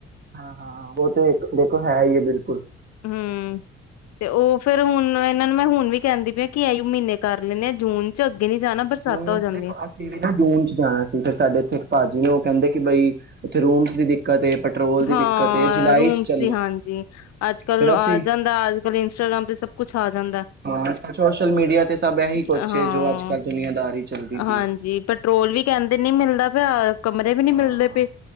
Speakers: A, on the right; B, on the left.
A: ਹਾਂ ਹਾਂ ਉਹ ਤੇ ਦੇਖੋ ਹੈ ਹੀ ਹੈ ਬਿਲਕੁਲ
B: ਹਮ ਤੇ ਉਹ ਫੇਿਰ ਹੁਣ ਇਹਨਾਂ ਨੂੰ ਮੈਂ ਹੁਣ ਵੀ ਕਹਿੰਦੀ ਪਈ ਕਿ ਇ ਮਹੀਨੇ ਕਰ ਲੈਂਦੇ ਆਾਂ ਜੂਨ ਚ ਅੱਗੇ ਨੀ ਜਾਣਾ ਬਰਸਾਤਾਂ
A: ਜੂਨ
B: ਹੋ
A: ਚ
B: ਜਾਂਦੀਆਂ।
A: ਦੇਖੋ ਅਸੀਂ ਵੀ ਨਾ ਜੂਨ ਚ ਜਾਣਾ ਸੀ ਫਿਰ ਸਾਡੇ ਇੱਥੇ ਭਾਜੀ ਨੇ ਉਹ ਕਹਿੰਦੇ ਕਿ ਬਈ ਉੱਥੇ ਰੂਮਸ ਦੀ ਦੀ ਏ ਪੈਟਰੋਲ
B: ਹਾਂ
A: ਦਿੱਕਤ ਏ ਜੁਲਾਈ
B: ਰੂਮਸ
A: ਚ ਚੱਲੋ
B: ਦੀ ਹਾਂਜੀ ਅੱਜ ਕਲ
A: ਫਿਰ ਅਸੀਂ
B: ਆ ਜਾਂਦਾ ਅਜ ਕਲ ਇੰਸਟਾਗ੍ਰਾਮ ਤੇ ਸਭ ਕੁਛ ਆ ਜਾਂ
A: ਹਾਂ ਸੋਸ਼ਲ ਮੀਡੀਆ ਤੇ ਸਭ ਇਹੀ ਕੁਛ
B: ਹਾਂ
A: ਏ ਜੋ ਅੱਜ ਕੱਲ੍ਹ ਦੁਨੀਆਂਦਾਰੀ ਚੱਲਦੀ ਪਈ
B: ਹਾਂਜੀ
A: ਏ
B: ਪੈਟਰੋਲ ਵੀ ਕਹਿੰਦੇ ਨੀ ਮਿਲਦਾ ਪਿਆ। ਕਮਰੇ ਵੀ ਨਹੀਂ
A: ਹਾਂ
B: ਮਿਲਦੇ ਪਏ।